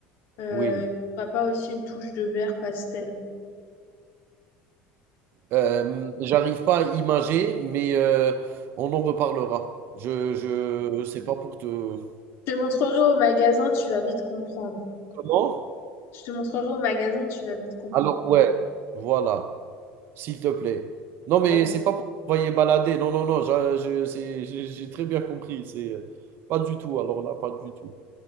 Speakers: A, on the left; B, on the right.
A: Euh,
B: oui.
A: et pourquoi pas aussi une touche de vert pastel.
B: Euh, j'arrive pas à imager, mais euh, on en reparlera. Je, je
A: Ok.
B: c'est pas pour te.
A: Je te montrerai au magasin, tu vas vite comprendre.
B: Comment?
A: Je te montrerai au magasin, tu vas vite comprendre.
B: Alors, ouais, voilà. S'il te plaît. Non, mais
A: Ok.
B: c'est pas pour t'envoyer balader. Non, non, non, j'a- je- c'est- j'ai j'ai très bien compris. C'est euh, pas du tout. Alors là, pas du tout.